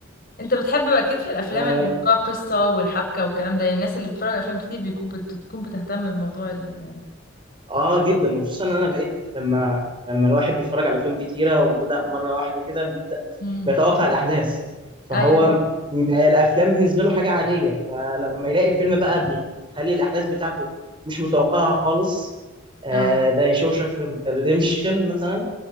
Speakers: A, on the left (about 45°); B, on the right (about 25°).
A: انت بتحب اكيد في الافلام
B: آه،
A: اللي فيها قصه والحبكه والكلام ده يعني الناس اللي بتتفرج على افلام كتير بيكون بت- بتكون بتهتم بموضوع ال...
B: اه جدا وخصوصا ان انا بقيت لما لما الواحد بيتفرج على افلام كتيره وبدا مره واحده كده بيبدا
A: مم.
B: بيتوقع الاحداث فهو
A: ايوه
B: بقى الافلام بالنسبه له حاجه عاديه فلما يلاقي فيلم بقى بيخلي الاحداث بتاعته مش متوقعه خالص آه
A: اه
B: ده شوشك ريديمشن مثلا